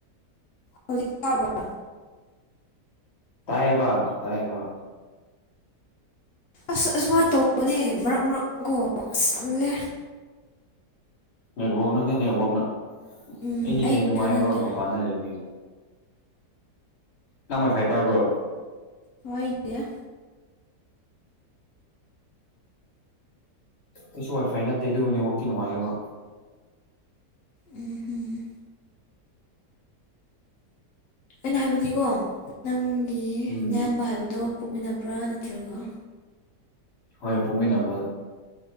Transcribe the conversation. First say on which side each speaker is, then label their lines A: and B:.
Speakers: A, on the left; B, on the left.
A: ꯍꯧꯖꯤꯛ ꯇꯥꯔꯕ꯭ꯔꯥ
B: ꯇꯥꯏꯌꯦꯕ ꯇꯥꯏꯌꯦꯕ
A: ꯑꯁ ꯑꯁꯨꯃꯥꯏ ꯇꯧꯕꯅꯦ ꯃꯔꯛ ꯃꯔꯛꯀꯣ ꯑꯁ ꯇꯜꯂꯦ
B: ꯅꯦꯠꯋꯥꯛꯅꯅꯦ ꯅꯦꯠꯋꯥꯛꯅ ꯑꯩꯗꯤ
A: ꯎꯝ ꯑꯩꯒꯤꯔ
B: ꯅꯦꯠ ꯅꯨꯡꯉꯥꯏꯌꯦꯕ
A: ꯅꯪꯒꯤꯔ
B: ꯃꯄꯥꯟꯗ ꯂꯩꯕꯒꯤ ꯅꯪ ꯋꯥꯏ ꯐꯥꯏ ꯄꯥꯏꯕ꯭ꯔꯣ
A: ꯍꯣꯏ ꯗꯤꯌꯥ
B: ꯑꯩꯁꯨ ꯋꯥꯏꯐꯥꯏ ꯅꯠꯇꯦ ꯑꯗꯨꯕꯨ ꯅꯦꯋꯥꯛꯇꯤ ꯅꯨꯡꯉꯥꯏꯌꯦꯕ
A: ꯎꯝ ꯍꯨꯝ ꯑꯩꯅ ꯍꯥꯏꯕꯗꯤꯀꯣ ꯅꯪꯒꯤ
B: ꯎꯝ
A: ꯅꯌꯥꯝꯕ ꯍꯥꯏꯕꯗꯣ ꯄꯣꯛꯃꯤꯟꯅꯕ꯭ꯔꯥ ꯅꯠꯇ꯭ꯔꯒ
B: ꯍꯣꯏ ꯄꯣꯛꯃꯤꯟꯅꯕ